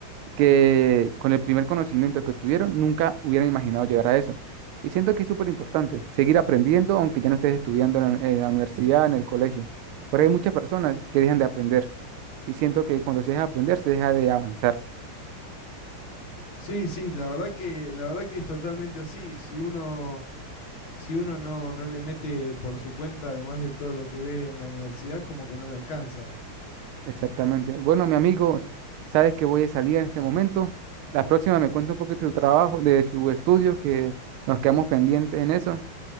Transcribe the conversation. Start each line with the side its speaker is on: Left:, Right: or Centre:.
Right: que con el primer conocimiento que obtuvieron nunca hubieran imaginado llegar a eso. Y siento que es súper importante seguir aprendiendo, aunque ya no estés estudiando en la, en la universidad, en el colegio. Pero hay muchas personas que dejan de aprender y siento que cuando se deja de aprender, se deja de avanzar.
Left: Sí, sí, la verdad que, la verdad que es totalmente así. Si uno, si uno no, no le mete por su cuenta, además de todo lo que ve en la universidad, es como que no le alcanza.
Right: Exactamente. Bueno, mi amigo, sabes que voy de salida en este momento. La próxima me cuenta un poquito de su trabajo, de su estudio que nos quedamos pendientes en eso.